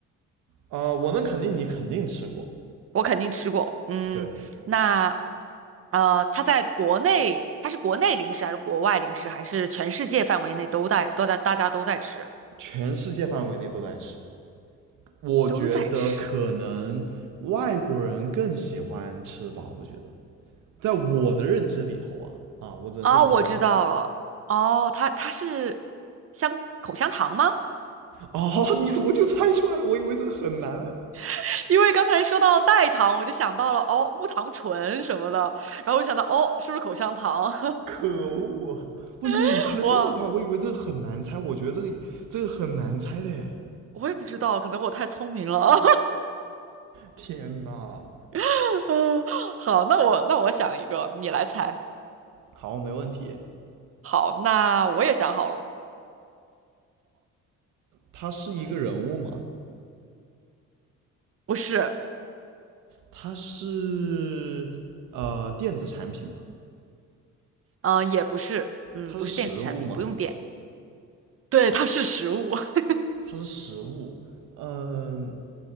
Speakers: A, on the right; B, on the right.
A: 呃，我能肯定你肯定吃过，
B: 我肯定吃过。嗯，
A: 对，
B: 那呃，它在国内，它是国内零食还是国外零食，还是全世界范围内都在都在大家都在吃，
A: 全世界范围内都在吃。我觉得可能外国人更喜欢吃吧，
B: 都在吃？
A: 我觉得，在我的认知里头啊，啊，我只能这么说，
B: 哦，我知道了。
A: 在我
B: 哦，它它是香口香糖吗？
A: 哦，你怎么就猜出来了？我以为这个很难啊。
B: <laughs> 因为刚才说到代糖，我就想到了哦，木糖醇什么的，然后我想到哦，是不是口香糖？
A: 可恶！不，你怎么猜的这么快？
B: <laughs> 哇，
A: 我以为这个很难猜，我觉得这个这个很难猜的。
B: 我也不知道，可能我太聪明了。
A: 天哪！
B: <laughs> 嗯，好，那我那我想一个，你来猜。
A: 好，没问题。
B: 好，那我也想好了。
A: 它是一个人物吗？
B: 嗯，不是，
A: 它是呃电子产品吗？
B: 嗯、也不是，嗯，
A: 它是食物吗？
B: 不是电子产品，不用电。对，它是食物。<laughs>
A: 它是食物。嗯，